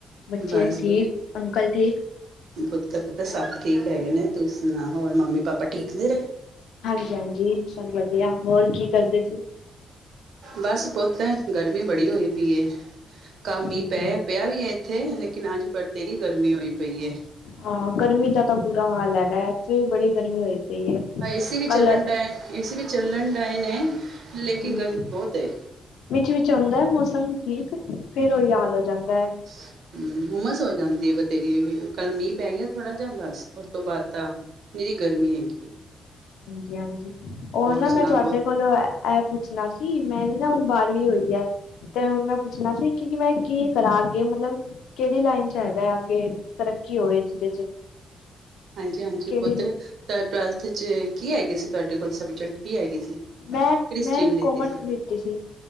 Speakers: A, on the left; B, on the right.
A: ਬੱਚੇ
B: ਬਸ
A: ਠੀਕ ਅੰਕਲ ਠੀਕ।
B: ਪੁੱਤ ਪੁੱਤ ਸਭ ਠੀਕ ਹੈਗੇ ਨੇ ਤੁਸੀਂ ਸੁਣਾਓ ਹੋਰ ਮੰਮੀ ਪਾਪਾ ਠੀਕ ਨੇ ਰੇ।
A: ਹਾਂਜੀ ਹਾਂਜੀ, ਸਭ ਵਧੀਆ ਹੋਰ ਕੀ ਕਰਦੇ ਸੀ।
B: ਬਸ ਪੁੱਤ ਗਰਮੀ ਬੜੀ ਹੋਈ ਪਈ ਐ। ਕਮ
A: ਹਾਂਜੀ
B: ਮੀਂਹ ਪਿਆ ਪਿਆ ਵੀ ਇੱਥੇ ਲੇਕਿਨ ਅੱਜ ਬਥੇਰੀ ਗਰਮੀ ਹੋਈ ਪਈ ਐ।
A: ਹਾਂ, ਗਰਮੀ ਦਾ ਤਾਂ ਬੁਰਾ ਹਾਲ ਹੈਗਾ। ਇੱਥੇ ਵੀ ਬੜੀ ਗਰਮੀ ਹੋਈ ਪਈ। ਹੈ
B: ਹਾਂ, ਏ ਸੀ ਵੀ
A: ਕੱਲ
B: ਚੱਲਣ ਦੇ ਏ ਸੀ ਵੀ ਚੱਲਣ ਡਏ ਨੇ ਲੇਕਿਨ
A: ਹਮ
B: ਗਰਮੀ ਬੋਤ ਐ।
A: ਵਿੱਚ ਵਿੱਚ ਹੁੰਦਾ ਮੌਸਮ ਠੀਕ ਫੇਰ ਓਹੀ ਹਾਲ ਹੋ ਜਾਂਦਾ।
B: <inaudible> ਹੂੰ, ਹੁਮਸ ਹੋ ਜਾਂਦੀ ਐ ਬਥੇਰੀ ਕੱਲ ਮੀਂਹ ਪੈ ਗਿਆ ਥੋੜਾ ਜਾ ਬਸ ਉਸ ਤੋਂ ਬਾਅਦ ਤਾਂ ਨੀਰੀ ਗਰਮੀ ਹੈਗੀ ਐ
A: ਹਾਂਜੀ, ਹਾਂਜੀ ਉਹ ਨਾ
B: ਸੁਣਾ
A: ਮੈਂ ਤੁਹਾਡੇ
B: ਪੁੱਤ
A: ਕੋਲੋਂ ਅ ਐਹ ਪੁੱਛਣਾ ਸੀ ਮੇਰੀ ਨਾ ਹੁਣ ਬਾਰਵੀਂ ਹੋਈ ਐ ਤੇ ਹੁਣ ਮੈਂ ਪੁੱਛਣਾ ਸੀ ਕਿ ਕਿ ਮੈਂ ਕੀ ਕਰਾਂ ਅੱਗੇ ਮਤਲਬ ਕਿਹੜੀ ਲਾਈਨ ਚ ਹੈਗਾ ਆ ਅੱਗੇ ਤਰੱਕੀ ਹੋਵੇ ਜਿਹਦੇ ਚ
B: ਹਾਂਜੀ ਹਾਂਜੀ
A: ਕਿਹੜੀ
B: ਪੁੱਤ ਟ ਟਵੈਲਥ ਚ ਕੀ ਹੈਗੇ ਸੀ ਤੁਹਾਡੇ ਕੋਲ ਸਬਜੈਕਟ ਕੀ ਹੈਗੇ ਸੀ
A: ਮੈਂ
B: ਕਿਹੜੀ ਸਟਰੀਮ
A: ਮੈਂ
B: ਲਿੱਤੀ
A: ਕੋਮਰਸ
B: ਸੀ
A: ਲਿਤੀ ਸੀ।